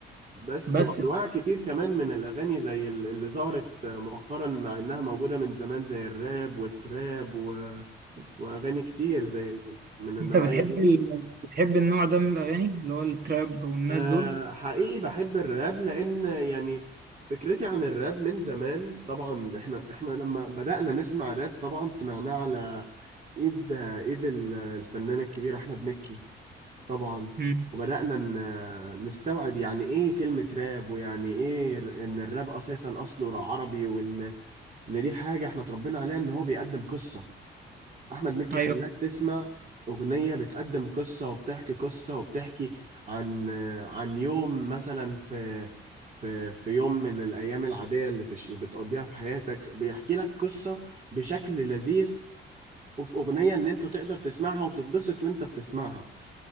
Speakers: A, on the right; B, on the right.
A: بس
B: بس
A: وانواع كتير كمان من الاغاني زي ال- اللي ظهرت مؤخرا مع انها موجوده من زمان زي الراب والتراب و... واغاني كتير زي ال- من النوعيه
B: انت بتحب
A: دي
B: ال... بتحب النوع ده من الاغاني اللي هو التراب والناس
A: أه
B: دول
A: حقيقي بحب الراب لان يعني فكرتي عن الراب من زمان طبعا احنا احنا لما بدأنا نسمع راب طبعا سمعناه على ايد ايد ال- الفنان الكبير احمد مكي طبعا
B: امم
A: وبدأنا ن- نستوعب يعني ايه كلمة راب ويعني ايه ر- ان الراب اساسا اصله عربي وان ان دي حاجة احنا اتربينا عليها ان هو بيقدم قصة احمد مكي
B: ايوه
A: خلاك تسمع اغنية بتقدم قصة وبتحكي قصة وبتحكي عن عن يوم مثلا في في في يوم من الايام العادية اللي في الش- بتقضيها في حياتك بيحكي لك قصة بشكل لذيذ وفي اغنية ان انت تقدر تسمعها وتتبسط وانت بتسمعها